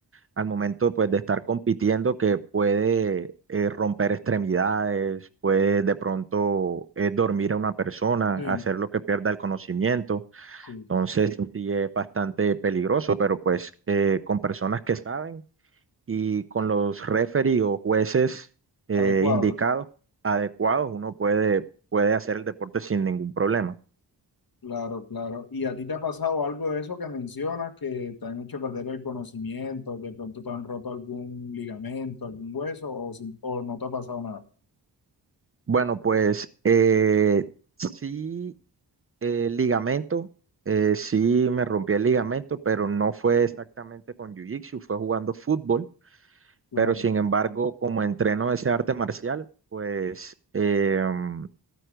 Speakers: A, on the right; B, on the left.
A: al momento pues de estar compitiendo que puede eh, romper extremidades, puede de pronto eh, dormir a una persona,
B: Sí,
A: hacer lo que pierda el conocimiento.
B: sí,
A: Entonces sí es bastante peligroso, pero pues eh, con personas que saben y con los referees o jueces eh,
B: adecuados.
A: indicados, adecuados, uno puede, puede hacer el deporte sin ningún problema.
B: Claro, claro. ¿Y a ti te ha pasado algo de eso que mencionas, que te han hecho perder el conocimiento, de pronto te han roto algún ligamento, algún hueso, o, sin- o no te ha pasado nada?
A: Bueno, pues eh, sí. El ligamento, eh, sí me rompí el ligamento, pero no fue exactamente con Jiu-Jitsu, fue jugando fútbol,
B: Claro.
A: pero sin embargo, como entreno ese arte marcial, pues em,